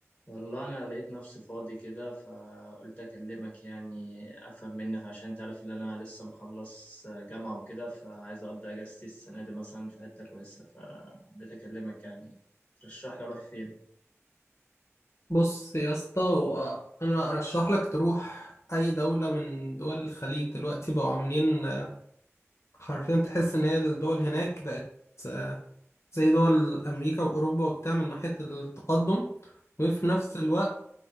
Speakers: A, on the left; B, on the left.
A: والله انا لقيت نفسي فاضي كده فقلت اكلمك يعني افهم منك عشان انت عارف ان انا لسه مخلص جامعه وكده فعايز اقضي اجازتي السنه دي مثلا في حته كويسه فحبيت اكلمك يعني ترشح لي اروح فين
B: بص يا اسطى هو انا ارشح لك تروح اي دولة من دول الخليج دلوقتي بقوا عاملين آه، حرفيا تحس ان هي الدول هناك بقت آه، زي دول امريكا واوروبا وبتاع من ناحية التقدم وفي نفس الوقت